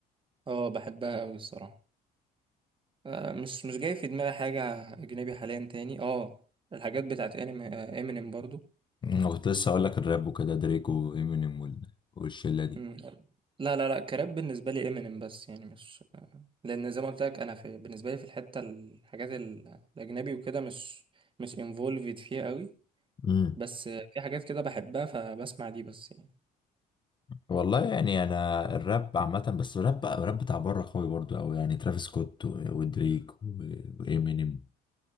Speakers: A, on the right; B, on the left.
A: اه بحبها قوي الصراحة آه، مش مش جاي في دماغي حاجة أجنبي حاليا تاني اه الحاجات بتاعت انمي آه، امينيم برضو
B: أنا كنت لسه أقول لك الراب وكده دريك وإمينيم وال- والشلة دي
A: مم. لا لا لا كراب بالنسبة لي امينيم بس يعني مش آه، لأن زي ما قلت لك أنا في بالنسبة لي في الحتة الحاجات ال- الأجنبي وكده مش مش انفولفد فيها قوي
B: مم.
A: بس آه، في حاجات كده بحبها فبسمع دي بس يعني
B: والله يعني انا الراب عامه بس الراب بقى الراب بتاع بره قوي برضو قوي يعني ترافيس سكوت و- ودريك و- وامينيم